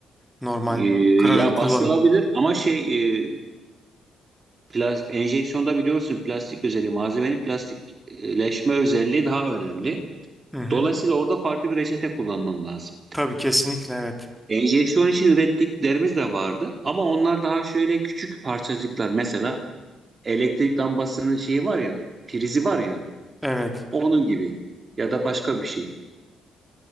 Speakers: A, in the centre; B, on the right (about 35°).
A: Normal
B: e,
A: kranül
B: ya
A: kullanıp.
B: bastırılabilir ama şey e, plas- enjeksiyonda biliyorsun plastik özelliği, malzemenin plastikleşme özelliği daha önemli.
A: Hı hı.
B: Dolayısıyla orada farklı bir reçete kullanman lazım.
A: Tabii kesinlikle evet.
B: Enjeksiyon için ürettiklerimiz de vardı ama onlar daha şöyle küçük parçacıklar mesela elektrik lambasının şeyi var ya, prizi var ya,
A: Evet
B: onun gibi ya da başka bir şey.